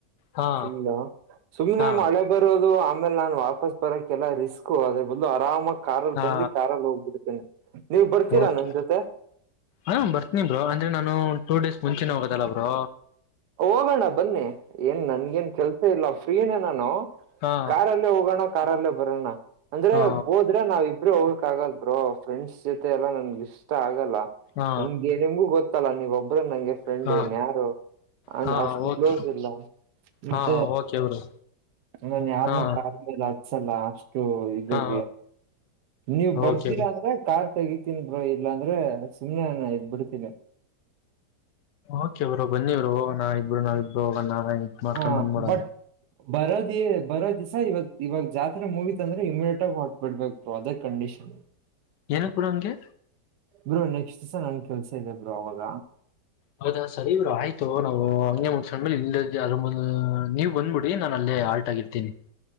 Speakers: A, on the left (about 80°); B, on the right (about 70°).
A: ಹಾ
B: ಫುಲ್ಲಾ ಸುಮ್ಮ್ನೆ
A: ಹಾ
B: ಮಳೆ ಬರೋದು ಆಮೇಲೆ ನಾನ್ ಬಸ್ ಬರಕ್ಕೆೆಲ್ಲ ರಿಸ್ಕ್ು ಅದ್ರ ಬದಲು ಆರಾಮ ಕಾರಲ್ಲಿ
A: ಹಾ
B: ಬಂದು ಕಾರಾಲ್ಲಿ ಹೋಗ್ಬಿಡ್ತೇನೆ ನೀವ್ ಬರ್ತೀರಾ
A: ಓಕೆ
B: ನನ್ ಜೊತೆ
A: ಹ ಬರ್ತಿನೀ ಬ್ರೋ ಅಂದ್ರೆ ನಾ ನೂ ಟೂ ಡೇಸ್ ಮುಂಚೆನೆ ಹೋಗೋದಲ್ಲ ಬ್ರೋ
B: ಹೋಗೋಣ ಬನ್ನಿ ಏನ್ ನನ್ಗೇನ್ ಕೆಲ್ಸ ಇಲ್ಲ ಫ್ರೀನೇ ನಾನು
A: ಹಾ
B: ಕಾರಲ್ಲೇ ಹೋಗೋಣ ಕಾರಲ್ಲೇ ಬರಣ ಅಂದ್ರೆ
A: ಹಾ
B: ಹೋದ್ರೆ ನಾವ ಇಬ್ರು ಹೋಗಕ್ ಆಗೋದು ಬ್ರೋ ಫ್ರೆಂಡ್ಸ್ ಜೊತೆ ಎಲ್ಲಾ ನನ್ಗ ಇಷ್ಟ ಆಗಲ್ಲ.
A: ಹಾ
B: ನನ್ಗೆ ನಮಗೂ ಗೊತ್. ತ್ತಲ್ಲ ನೀವೋಬ್ರೆ ನಂಗೆ. ಫ್ರೆಂಡ್
A: ಹಾ
B: ಇನ್ ಯಾರು. ಅಂಗ್
A: ಹಾ
B: ಅಷ್ಟು
A: ಓಕೆ
B: ಕ್ಲೋಸ್ ಇಲ್ಲ ಮತ್ತೆ
A: ಹಾ ಓಕೆ ಬ್ರೋ
B: ನಾನ್ ಯಾರನು
A: ಹಾ
B: ಕರ್ದಿಲ್ಲ. ತ್ಸಲ್ಲ. ಕ್ಯೂ ಇದಕ್ಕೆ
A: ಹಾ
B: ನೀವ್ ಬರ್ತೀರ
A: ಓಕೆ
B: ಅಂದ್ರೆ ಕಾರ್. ಕರಿತೀನ್ ಬ್ರೋ ಇಲ್ಲಾಂದ್ರೆ ಸುಮ್ನೆ ನಾ ಇದ್ ಬಿಡ್ತೀನಿ.
A: ಓಕೆ ಬ್ರೊ ಬನ್ನಿ ಬ್ರೊ ಹೋಗೋಣ ಇಬ್ರು ನಾವ್ ಇಬ್ಬರು ಹೋಗಣ. <unintelligible> ಮಾರ್ಕ
B: ಹ
A: ಬಂದ ಬಂದ್ಬಿಡನ.
B: ಬಟ್ ಬರೋದಿ ಬರೋದಿಸ ಇವಾಗ್ ಇವಾಗ್ ಜಾತ್ರೆ ಮುಗೀತಂಧ್ರೆ ಇಮಿಡಿಯಟ್ ಆಗ ಹೊಟ್ ಬಿಡ್ಬೇಕು ಅದೇ ಕಂಡೀಷನ್.
A: ಎನಿಕ್ ಬ್ರೋ ಅಂಗೆ
B: ಬ್ರೋ ನೆಕ್ಸ್ಟ್ ನನ್ ಕೆಲ್ಸ ಇದೆ ಬ್ರೊ ಅವಾಗ.
A: ಹೌದಾ ಸರಿ ಬ್ರೊ ಆಯ್ತು ನಾವು ಹಂಗೇ ಮುಂದ್ಸಣ ಮೇಲೆ ಇಲ್ಲ ಅದ ನೀವ್ ಬಂದ್ಬಿಡಿ ನಾನ ಅಲ್ಲೇ ಆಲ್ಟ್ ಆಗಿರ್ತೀನಿ.